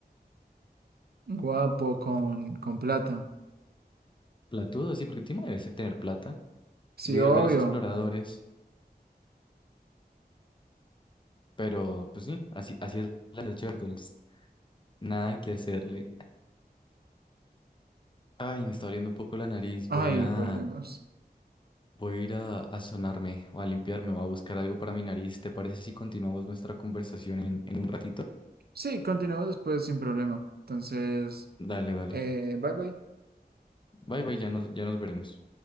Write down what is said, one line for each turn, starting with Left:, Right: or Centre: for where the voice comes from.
Right: Guapo con, con plata.
Left: platudo, sí, porque Timo debe ser- tener plata,
Right: Sí,
Left: líder
Right: obvio.
Left: de los exploradores, pero pues sí, así, así es la de los Turtles, nada que hacerle. Ay, me está doliendo un poco la nariz,
Right: Ay,
Left: voy a,
Right: perdemos.
Left: voy a ir a, a sonarme o a limpiarme o a buscar algo para mi nariz. ¿Te parece si continuamos nuestra conversación en, en un ratito?
Right: Sí, continuamos después sin problema. Entonces,
Left: Dale, dale.
Right: eh, bye bye.
Left: Bye, bye, ya nos, ya nos veremos.